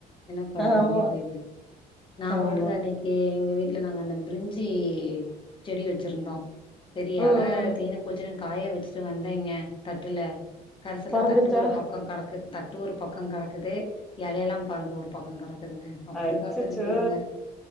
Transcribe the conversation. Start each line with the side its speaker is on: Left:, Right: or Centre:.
Left: என்ன பண்றதுன்னே
Centre: ஆமா
Left: தெரில நா
Centre: ஆமா
Left: பாட்டுக்க அன்னைக் ஏ எங்க வீட்ல நாங்க அந்த பிரிஞ்சி செடி வச்சிருந்தோ சரி
Centre: ம்
Left: அல
Centre: ம்
Left: தீந்து போச்சுன்னு காய வச்சுட்டு வந்தேங்க தட்டுல கடைசியில
Centre: பறந்துருச்சா
Left: தட்டு ஒரு பக்கம் கடக்கு தட் ட்டு ஒரு பக்கம் கெடக்குது எலையெல்லா பறந்து ஒரு பக்கம் கெடக்குதுங்க அப்டி
Centre: அச்சச்சோ
Left: காத்தடிக்குதுங்க